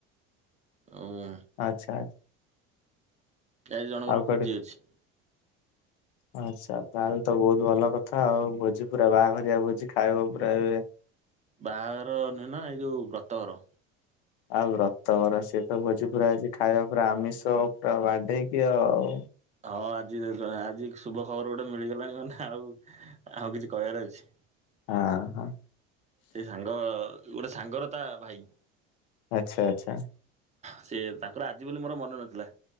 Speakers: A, on the right (about 20°); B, on the left (about 80°).
A: ଆଉ
B: ଆଚ୍ଛା।
A: କି ଆଜି ଜଣଙ୍କର
B: ଆଉ କୁଆଡେ
A: ଭୋଜି ଅଛି।
B: ଆଚ୍ଛା। ତା ହେଲେ ତ ବହୁତ ଭଲ କଥା ଆଉ ଭୋଜି ପୁରା ବାହାଘରିଆ ଭୋଜି ଖାଇବ ପୁରା ଏବେ।
A: ବାହାଘର ନୋହେଁ ନା ଏଇ ଯୋଉ ବ୍ରତଘର।
B: ଆଉ ବ୍ରତଘର ସିଏ ତ ଭୋଜି ପୁରା ଆଜି ଖାଇବା ପୁରା ଆମିଷ ପୁରା ବାଡେଇକି ଆଉ।
A: ହଁ ଆଜି ଆଜି ଶୁଭ ଖବର ଗୋଟେ ମିଳିଗଲାଣି ମାନେ ଆଉ ଆଉ କିଛି କହିଆର ଅଛି?
B: ହଁ ହଁ।
A: ସେ ସାଙ୍ଗ ଗୋଟେ ସାଙ୍ଗର ତା ଭାଇ।
B: ଆଚ୍ଛା ଆଚ୍ଛା।
A: ସେ ତାଙ୍କର ଆଜି ବୋଲି ମୋର ମନ ନଥିଲା।